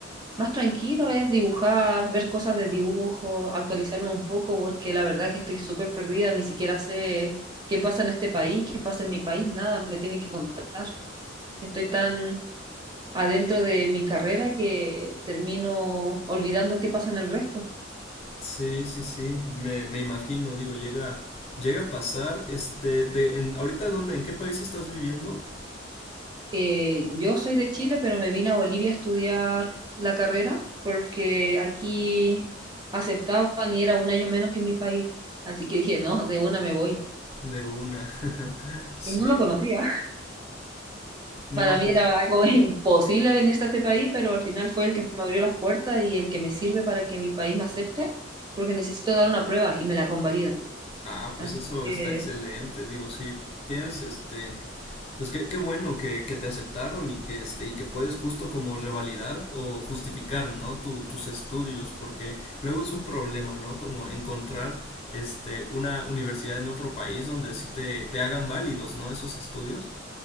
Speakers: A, on the right (about 20°); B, on the left (about 30°).
A: más tranquilo es dibujar, ver cosas de dibujo, actualizarme un poco, porque la verdad es que estoy súper perdida, ni siquiera sé qué pasa en este país, qué pasa en mi país, nada, me tienen que contar. Estoy tan adentro de mi carrera que termino olvidando qué pasa en el resto.
B: Sí, sí, sí, me, me imagino, digo, llega, llega a pasar, este, de, en, ahorita dónde, ¿en qué país estás viviendo?
A: Eh, yo soy de Chile, pero me vine a Bolivia a estudiar la carrera porque aquí aceptaban y era un año menos que en mi país. Así que dije, no, de una me voy.
B: De una, <laughs> sí,
A: Y no lo conocía.
B: no,
A: Para mí
B: pues,
A: era algo <laughs> imposible venirse a este país, pero al final fue el que me abrió las puertas y el que me sirve para que mi país me acepte, porque necesito dar una prueba y me la convalida.
B: ah, pues
A: Así
B: eso
A: que,
B: está excelente, digo, sí, tienes, este, pues qué, qué bueno que, que te aceptaron y que, este, y que puedes justo como revalidar o justificar, ¿no? Tu, tus estudios, porque luego es un problema, ¿no? Como encontrar, este, una universidad en otro país donde sí te, te hagan válidos, ¿no? Esos estudios.